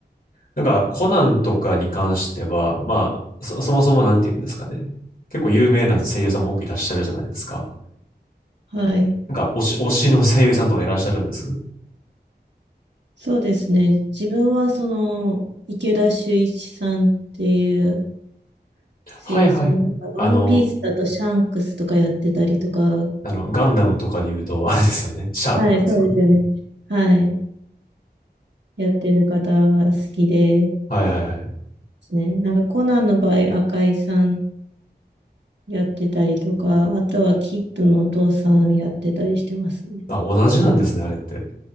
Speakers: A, on the left; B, on the right.
A: なんか、コナンとかに関しては、まあ、そ、そもそもなんて言うんですかね。結構有名な声優さんも多くいらっしゃるじゃないですか。
B: はい。
A: なんか、推し、推しの声優さんとかいらっしゃるんです。
B: そうですね。自分はその池田秀一さんっていう声優さんが、
A: はいはい。
B: ワンピースだとシャンクスとかやってたりとか、
A: あの、あの、ガンダムとかで言うと、<laughs> あれですよね。シャアとかですよね。
B: はい、そうですよね。はい。やってる方が好きでで
A: はいはいはい。
B: すね。なんかコナンの場合、赤井さんやってたりとか、あとはキッドのお父さんやってたりしてますね。
A: まあ、同じなんですね、あれって。